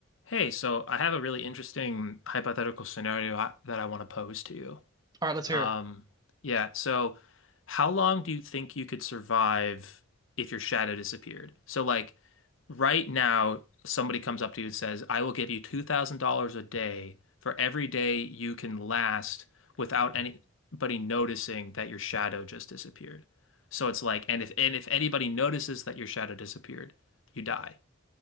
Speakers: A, on the left; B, on the right.
A: Hey, so I have a really interesting hypothetical scenario I- that I want to pose to you.
B: All right, let's hear
A: Um,
B: it.
A: yeah, so how long do you think you could survive if your shadow disappeared? So, like, right now, somebody comes up to you and says, I will give you $2,000 a day for every day you can last without anybody noticing that your shadow just disappeared. So it's like, and if and if anybody notices that your shadow disappeared, you die.